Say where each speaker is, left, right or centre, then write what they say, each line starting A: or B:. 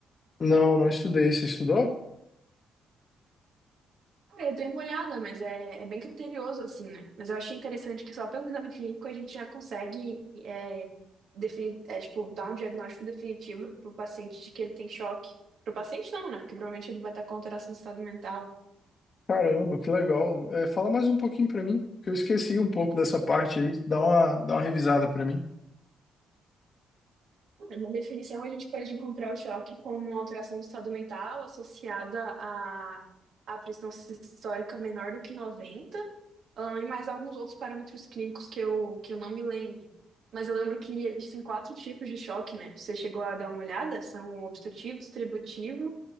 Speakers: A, on the left; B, on the right.
A: Não, não estudei. Você estudou?
B: Ah, Eu dei uma olhada, mas é, é bem criterioso, assim, né? Mas eu achei interessante que só pelo exame clínico a gente já consegue, é, defini- é, tipo, dar um diagnóstico definitivo pro paciente de que ele tem choque. Pro paciente não, né? Porque provavelmente ele vai estar com alteração do estado mental.
A: Caramba, que legal. É, fala mais um pouquinho pra mim, que eu esqueci um pouco dessa parte aí. Dá uma, dá uma revisada pra mim.
B: Na definição, a gente pode encontrar o choque como uma alteração do estado mental associada a, a pressão sistólica menor do que 90. Ah, e mais alguns outros parâmetros clínicos que eu, que eu não me lembro. Mas eu lembro que existem quatro tipos de choque, né? Você chegou a dar uma olhada? São o obstrutivo, distributivo.